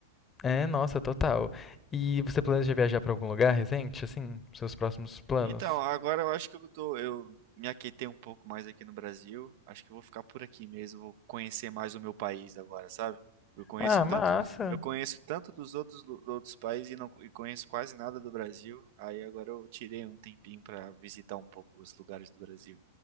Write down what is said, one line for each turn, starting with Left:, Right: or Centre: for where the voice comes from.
Left: É, nossa, total. E você planeja viajar pra algum lugar recente, assim, seus próximos planos?
Right: Então, agora eu acho que eu tô, eu me aquietei um pouco mais aqui no Brasil. Acho que eu vou ficar por aqui mesmo, vou conhecer mais o meu país agora, sabe? Eu conheço
Left: Ah,
Right: tanto,
Left: massa.
Right: eu conheço tanto dos outros, lu- outros países e não e conheço quase nada do Brasil. Aí agora eu tirei um tempinho pra visitar um pouco os lugares do Brasil.